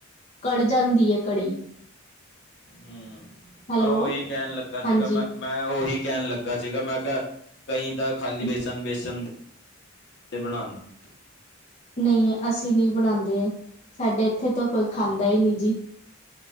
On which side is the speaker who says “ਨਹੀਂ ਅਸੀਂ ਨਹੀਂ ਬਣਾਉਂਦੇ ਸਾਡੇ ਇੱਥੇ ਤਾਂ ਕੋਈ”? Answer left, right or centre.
Left